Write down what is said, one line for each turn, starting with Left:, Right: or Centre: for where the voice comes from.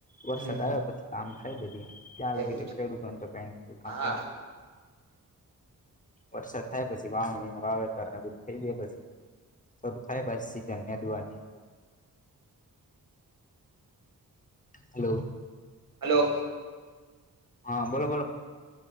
Left: વરસાદ
Right: હમ હમ
Left: આયા પછી કામ થાય બધી. ક્યાં લગી
Right: એવું
Left: તો
Right: છે
Left: ખેડૂતોન તો કાય કામ
Right: હા
Left: બામ વરસાદ થાય પસી વાવણી ને વાવેતરને બધ થઈ ગ્ય પસી. શરૂ થાય પસી સિજન નેન્દુવાની. હલ્લો.
Right: હલ્લો.
Left: હા બોલો બોલો.